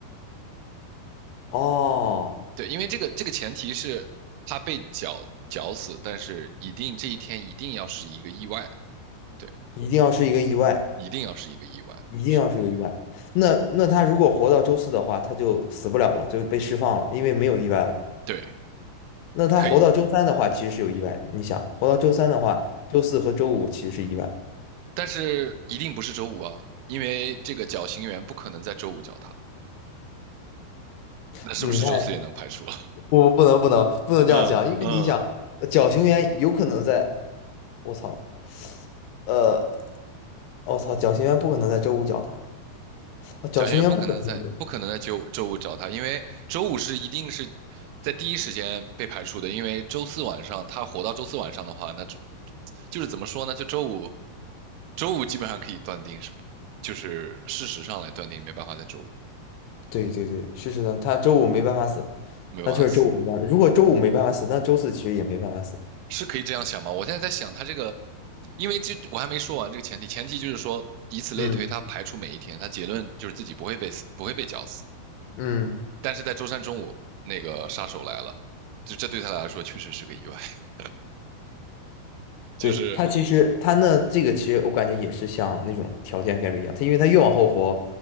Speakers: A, on the left; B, on the right.
A: 哦，
B: 对，因为这个这个前提是他被绞绞死，但是一定这一天一定要是一个意外，对，
A: 一定要是一个意外，
B: 一定要是一个意外，
A: 一定要是个意外。
B: 是，
A: 那那他如果活到周四的话，他就死不了了，就被释放了，因为没有意外了。
B: 对，
A: 那他活到周三的话，
B: 可以，
A: 其实是有意外的。你想，活到周三的话，周四和周五其实是意外。
B: 但是一定不是周五啊，因为这个绞刑员不可能在周五绞他，那是不是周四也能排除？
A: 你看，不不不能不能不能这样想，
B: <laughs> 嗯嗯，
A: 因为你想，呃绞刑员有可能在，我操，呃，我操，绞刑员不可能在周五绞他，啊绞刑员不可能在周五，
B: 小学员不可能在不可能在周周五找他，因为周五是一定是在第一时间被排除的，因为周四晚上他活到周四晚上的话，那就就是怎么说呢？就周五，周五基本上可以断定是，就是事实上来断定没办法在周五
A: 对对对，是是的，他周五没办法死，
B: 没有办法死，
A: 他就是周五没办法。如果周五没办法死，那周四其实也没办法死。
B: 是可以这样想吗？我现在在想他这个，因为这我还没说完这个前提，前提就是说以此类推，
A: 嗯
B: 他排除每一天，他结论就是自己不会被死，不会被绞死。
A: 嗯。
B: 但是在周三中午，那个杀手来了，就这对他来说确实是个意外。<laughs> 就是
A: 对，他其实他那这个其实我感觉也是像那种条件概率一样，他因为他越往后活，